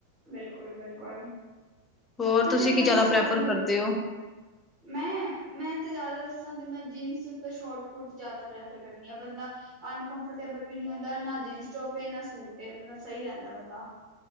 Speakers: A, on the right (about 35°); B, on the left (about 15°).
A: ਬਿਲਕੁਲ ਬਿਲਕੁਲ।
B: ਹੋਰ
A: ਨਾਲੇ
B: ਤੁਸੀਂ
A: ਵਿਹਾਵਾਂ,
B: ਕੀ ਜ਼ਿਆਦਾ
A: ਸ਼ਾਦੀਆਂ
B: ਪ੍ਰੈਫਰ ਕਰਦੇ
A: ਤੇ
B: ਹੋ?
A: ਮੈਂ- ਮੈਂ ਤਾਂ ਜ਼ਿਆਦਾ ਦੱਸਾਂ ਤੇ ਮੈਂ ਜੀਨਸ ਉੱਤੇ ਸ਼ੋ੍ਟ ਕੋਟ ਜ਼ਿਆਦਾ ਪ੍ਰੈਫਰ ਕਰਨੀ ਆ। ਬੰਦਾ ਅਨਕਫਰਟੇਬਲ ਵੀ ਨਹੀਂ ਹੁੰਦਾ। ਨਾ ਜੀਨਸ ਟੋਪ ਨਾ ਸੂਟ ਮਤਲਬ ਸਹੀ ਰਹਿੰਦਾ ਬੰਦਾ।